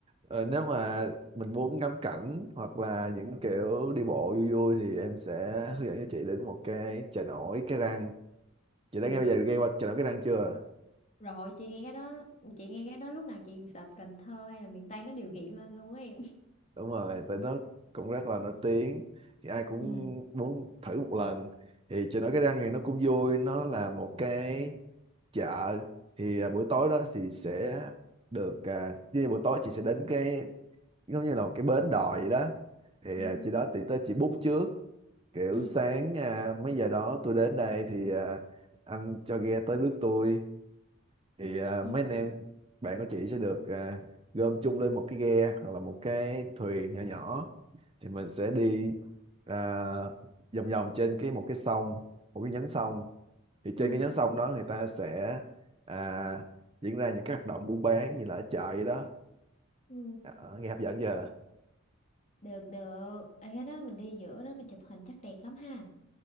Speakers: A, on the right (about 25°); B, on the left (about 35°).
A: Ờ, nếu mà mình muốn ngắm cảnh hoặc là những kiểu đi bộ vui vui thì em sẽ hướng dẫn cho chị đến một cái chợ nổi Cái Răng. Chị đã
B: Ừ.
A: nghe bây giờ nghe qua chợ nổi Cái Răng chưa?
B: Rồi chị nghe cái đó chị nghe cái đó lúc nào chị search Cần Thơ hay là miền Tây nó đều hiện lên luôn á em.
A: Đúng rồi, tại nó cũng rất là nổi tiếng. Thì ai cũng
B: Ừ.
A: muốn thử một lần. Thì chợ nổi Cái Răng thì nó cũng vui, nó là một cái chợ. Thì à, buổi tối đó thì sẽ được à, như buổi tối chị sẽ đến cái giống như là một cái bến đò vậy đó thì
B: Ừ.
A: à, chị đó thì tới chị book trước kiểu
B: Ừ.
A: sáng à, mấy giờ đó tôi đến đây thì à, anh cho ghe tới rước tôi thì à,
B: Ừ.
A: mấy anh em bạn của chị sẽ được à, gom chung lên một cái ghe hoặc là một cái thuyền nhỏ nhỏ thì mình sẽ đi à, vòng vòng trên cái một cái sông một cái nhánh sông thì
B: Ừ.
A: trên cái nhánh sông đó người ta sẽ à, diễn ra những cái hoạt động buôn bán như là ở chợ vậy đó
B: Ừ.
A: Ờ, nghe hấp dẫn chưa
B: Được được. Ở cái đó mình đi giữa đó mình chụp hình chắc đẹp lắm ha.